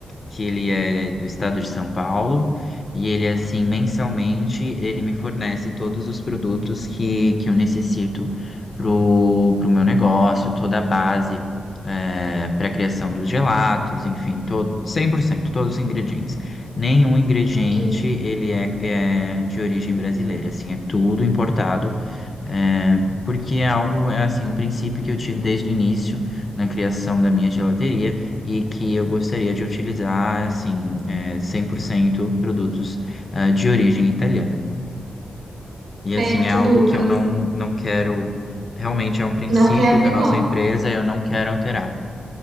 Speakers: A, on the left; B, on the right.
A: que ele é do estado de São Paulo e ele, assim, mensalmente, ele me fornece todos os produtos que, que eu necessito pro, pro meu negócio, toda a base, para a criação dos gelatos, enfim, todo, 100% todos os ingredientes. Nenhum ingrediente
B: Ok.
A: ele é, é de origem brasileira, assim, é tudo importado, é, porque é algo, é assim, um princípio que eu tive desde o início na criação da minha gelateria e que eu gostaria de utilizar, assim, é, 100% produtos, ah, de origem italiana. E, assim,
B: Certo,
A: é algo
B: Lucas.
A: que eu não, não quero, realmente é um princípio
B: Não quer abrir
A: da nossa
B: mão.
A: empresa, eu não quero alterar.